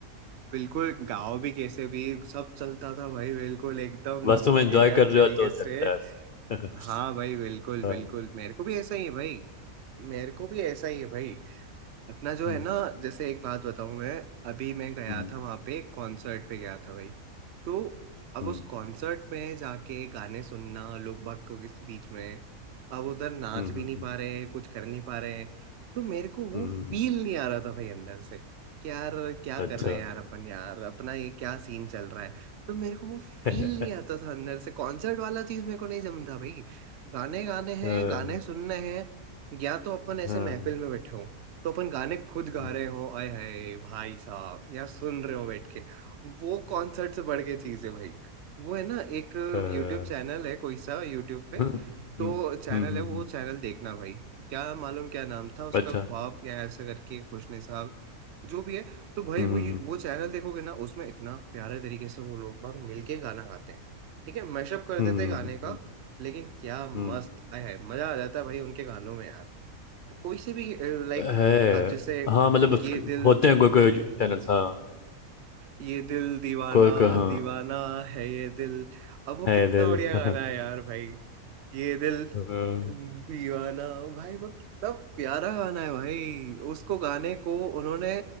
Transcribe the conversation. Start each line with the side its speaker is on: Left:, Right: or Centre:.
Right: बिल्कुल गाओ भी कैसे भी सब चलता था भाई बिल्कुल एकदम
Left: बस तुम एंजॉय
Right: जहर
Left: कर रहे
Right: तरीके
Left: हो तो
Right: से
Left: चलता है
Right: हाँ
Left: <laughs>
Right: भाई बिल्कुल
Left: हाँ,
Right: बिल्कुल मेरे को भी ऐसा ही है भाई मेरे को भी ऐसा ही है भाई अपना जो
Left: हम्म
Right: है ना जैसे एक बात बताऊं मैं अभी मैं गया
Left: हम्म
Right: था वहां पे कॉन्सर्ट पे गया था भाई तो अब
Left: हम्म
Right: उस कॉन्सर्ट में जाके गाने सुनना लोग बाग के किस बीच में अब उधर नाच
Left: हम्म हम्म,
Right: भी नहीं
Left: हम्म,
Right: पा रहे हैं कुछ कर नहीं पा रहे हैं तो मेरे को वो
Left: हम्म, हम्म,
Right: फील नहीं आ रहा था भाई अंदर से कि यार क्या
Left: अच्छा
Right: कर रहे हैं यार अपन यार अपना ये क्या सीन चल रहा है तो मेरे को वो
Left: <laughs>
Right: फील नहीं आता था अंदर से कॉन्सर्ट वाला चीज मेरे को नहीं जमता भाई गाने गाने हैं
Left: हाँ,
Right: गाने सुनने हैं या तो अपन ऐसे
Left: हाँ,
Right: महफिल में बैठे हो तो अपन गाने खुद गा
Left: हम्म,
Right: रहे हो आय हाय भाई साहब या सुन रहे हो बैठ के वो कॉन्सर्ट से बढ़ के चीज है भाई वो है ना एक
Left: हाँ,
Right: यूट्यूब चैनल है कोई सा यूट्यूब पे
Left: हम्म,
Right: तो
Left: हम्म,
Right: चैनल
Left: हम्म, हम्म,
Right: है वो
Left: हम्म,
Right: चैनल देखना भाई क्या मालूम क्या नाम था उसका
Left: अच्छा
Right: ख्वाब या ऐसा करके खुशने साहब जो भी है तो भाई
Left: हम्म
Right: वो
Left: हम्म
Right: वो चैनल देखोगे ना उसमें इतना प्यारे तरीके से वो लोग भाग मिलके गाना गाते हैं ठीक है मैशअप कर देते
Left: हम्म
Right: हैं गाने
Left: हम्म,
Right: का
Left: हम्म,
Right: लेकिन क्या मस्त
Left: हम्म,
Right: आय हाय मजा आ जाता है भाई उनके गानों में यार कोई से भी लाइक
Left: है
Right: अब जैसे
Left: हाँ मतलब उस-
Right: ये दिल
Left: होते हैं कोई कोई चैनल्स हाँ
Right: ये दिल दीवाना
Left: कोई कोई हाँ
Right: दीवाना है ये दिल अब वो
Left: है
Right: कितना
Left: दिल
Right: बढ़िया
Left: <laughs>
Right: गाना है यार भाई ये दिल
Left: हाँ।
Right: दीवाना भाई वो कितना प्यारा गाना है भाई उसको गाने को उन्होंने